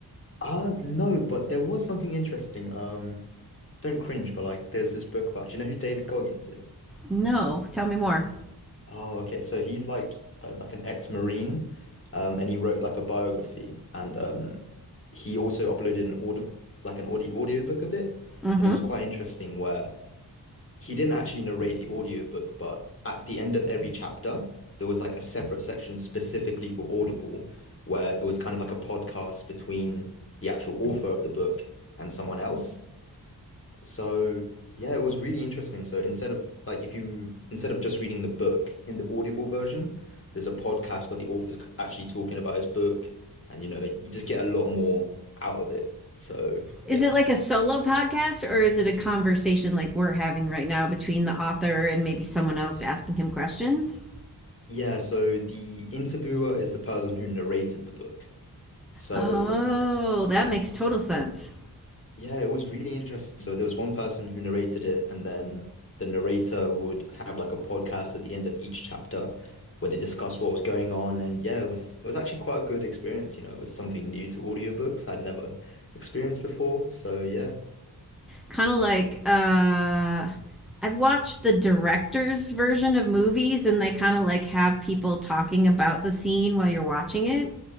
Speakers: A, on the left (about 35°); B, in the centre.
A: Uh, no, but there was something interesting. Um, don't cringe, but like there's this book about, do you know who David Goggins is?
B: No, tell me more.
A: Oh, okay. So he's like uh, like an ex-Marine, um, and he wrote like a biography, and um, he also uploaded an audio like an audio audiobook of it,
B: Mm-hmm.
A: and it was quite interesting where he didn't actually narrate the audiobook, but at the end of every chapter, there was like a separate section specifically for Audible where it was kind of like a podcast between the actual author of the book and someone else. So, yeah, it was really interesting. So, instead of like if you instead of just reading the book in the Audible version, there's a podcast where the author's c- actually talking about his book and you know, you just get a lot more out of it. So,
B: Is
A: yeah.
B: it like a solo podcast or is it a conversation like we're having right now between the author and maybe someone else asking him questions?
A: Yeah, so the interviewer is the person who narrated the book. So
B: Oh, that makes total sense.
A: yeah, it was really interesting. So there was one person who narrated it, and then the narrator would have like a podcast at the end of each chapter where they discuss what was going on. And yeah, it was it was actually quite a good experience. You know, it was something new to audiobooks I'd never experienced before. So yeah,
B: kind of like uh I've watched the director's version of movies and they kind of like have people talking about the scene while you're watching it.